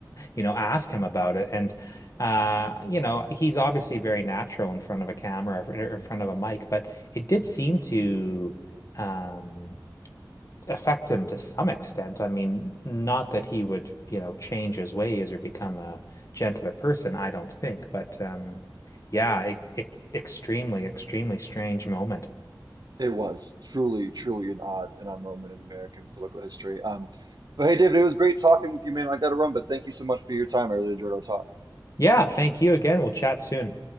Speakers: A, on the left (about 40°); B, on the right (about 60°).
A: you know, ask him about it. And uh, you know, he's obviously very natural in front of a camera or in front of a mic, but it did seem to um affect him to some extent. I mean, not that he would, you know, change his ways or become a gentler person, I don't think, but um yeah, it, it extremely, extremely strange moment.
B: It was truly, truly an odd and odd moment in American political history. Um, but hey, David, it was great talking with you, man. I got to run, but thank you so much for your time. I really enjoyed our talk.
A: Yeah, thank you again. We'll chat soon.